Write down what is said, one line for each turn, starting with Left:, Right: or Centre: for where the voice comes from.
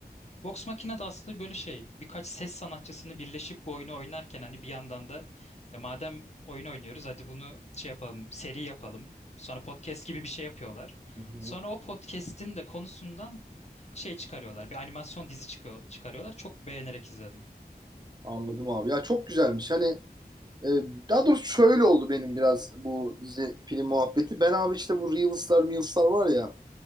Left: Vox Machina da aslında böyle şey birkaç ses sanatçısını birleşip bu oyunu oynarken hani bir yandan da ya madem oyun oynuyoruz hadi bunu şey yapalım seri yapalım. Sonra podcast gibi bir şey yapıyorlar.
Right: hı,
Left: Sonra o podcast'in de konusundan şey çıkarıyorlar. Bir animasyon dizi çıkıyor, çıkarıyorlar. Çok beğenerek izledim.
Right: Anladım abi. Ya çok güzelmiş. Hani Ee, Daha doğrusu şöyle oldu benim biraz bu dizi film muhabbeti. Ben abi işte bu Reels'lar, Reels'lar var ya.